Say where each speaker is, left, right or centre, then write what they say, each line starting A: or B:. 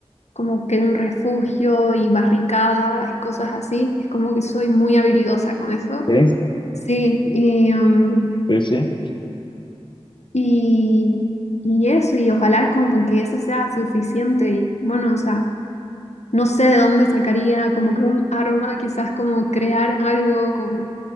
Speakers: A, on the left; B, on the left.
A: como que un refugio y barricadas, cosas así. Es como que soy muy habilidosa con eso.
B: Sí,
A: Sí, y, um,
B: sí, sí.
A: y, y eso, y ojalá como que eso sea suficiente. Y bueno, o sea, no sé de dónde sacaría como que un arma, quizás como crear algo con